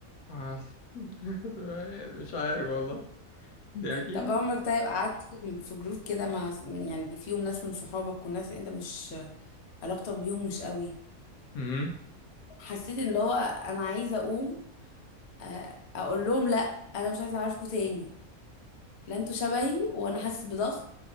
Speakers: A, on the left; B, on the left.
A: آه. <laughs> مش عارف والله دي اكيد
B: طب عمرك طيب قعدت في جروب كده مع من يعني فيهم ناس من صحابك وناس انت مش علاقتك بيهم مش قوي
A: مهم.
B: حسيت ان اللي هو انا عايزه اقوم آه، اقول لهم لا انا مش عايزه اعرفكوا تاني لا انتوا شبهي وانا حاسس بضغط